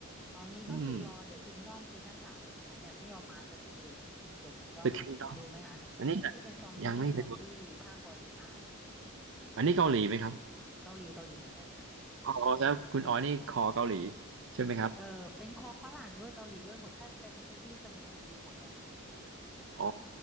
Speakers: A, in the centre; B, on the right.
A: ตอนนี้ก็คือรอ
B: อืม
A: The Kingdom ซีซั่นสามอยู่นะคะเนี่ยไม่ยอมมาสักทีเลย King The Kingdom
B: The Kingdom
A: ดูไหมคะ
B: อันนี้นะ
A: ที่เป็นซอมบี้ซอมบี้ภาคประวัติศาสตร์
B: ยังไม่เคยดูอันนี้เกาหลีไหมครับ
A: เกาหลีเกาหลีเหมือนกันค่ะ
B: อ๋อแล้วคุณอ๋อนี่คอเกาหลีใช่ไหมครับ
A: เออเป็นคอฝรั่งด้วยเกาหลีด้วยหมดถ้าเป็นซีรีส์สนุกสนุกดูหมดเลยค่ะ
B: อ๋อ